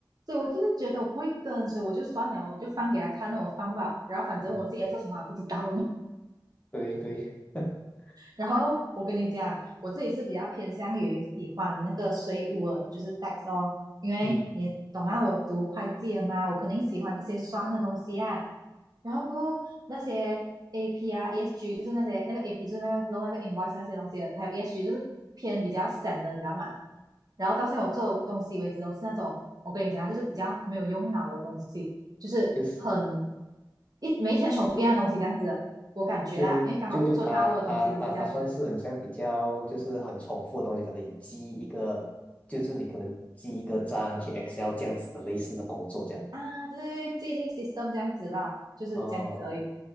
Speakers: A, on the right; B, on the left.
A: 所以我就是觉得我不会跟，所以我就算了，我就放给他看，那我放吧，然后反正我自己在做什么还不知道，
B: 嗯，对对，<laughs>
A: 然后我跟你讲，我自己是比较偏向于喜欢那个水务的，就是 DAX 哦，因为你也懂啊，
B: 嗯，
A: 我读会计的嘛，我肯定喜欢这些酸的东西啊。然后过后那些 AP 啊、ESG，就是那些那个 AP 就是那个弄那个 invoice 那些东西的还有 ESG 就是偏比较省的，你知道吗？然后到现在我做东西为止都是那种，我跟你讲啊，就是比较没有用脑的东西，就是很
B: 就是
A: 一每一天重复一样的东西这样子的我感觉啦，
B: 就就就他他他他算是很像比较就是很重复的东西，
A: 因为刚好我做大陆的东西都是这样子
B: 可能你记一个就是你可能记一个章去 Excel 这样子的类似的工作这样。
A: 啊，对是既定 system 这样子吧，就是这样子而已。
B: 哦，